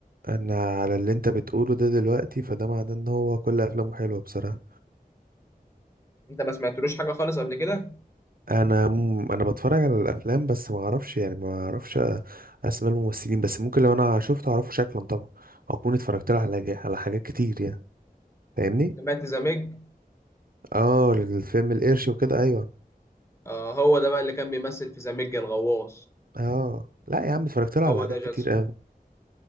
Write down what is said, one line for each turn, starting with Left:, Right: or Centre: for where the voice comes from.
Right: انا على اللي انت بتقوله ده دلوقتي فده معناه ان هو كل افلامه حلوه بصراحه
Left: أنت ما سمعتلوش حاجة خالص قبل كده
Right: انا م- انا بتفرج على الافلام بس ما اعرفش يعني ما اعرفش أ- اسماء الممثلين بس ممكن لو انا شفته اعرفه شكلا طبعا او اكون اتفرجت له على جا- على حاجات كتير يعني فاهمني
Left: سمعت زاميج
Right: اه الفيلم القرش وكده ايوه
Left: آه هو ده بقى اللي كان بيمثل في زاميج الغواص
Right: اه لا يا عم اتفرجت له
Left: هو
Right: على حاجات
Left: ده جاسون
Right: كتير قوي